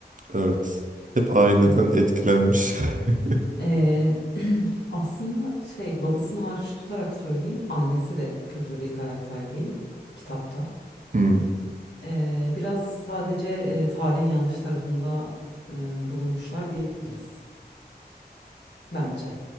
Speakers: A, on the right (about 50°); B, on the left (about 80°).
A: Evet. Hep aileden
B: Evet.
A: etkilenmiş. <laughs>
B: Eee, <clears throat> aslında şey babasını hariç tutarak söyleyeyim annesi de kötü bir karakter değil kitapta.
A: Hmm.
B: Eee, biraz sadece eee, tarihin yanlış tarafında eee, bulunmuşlar diyebiliriz bence.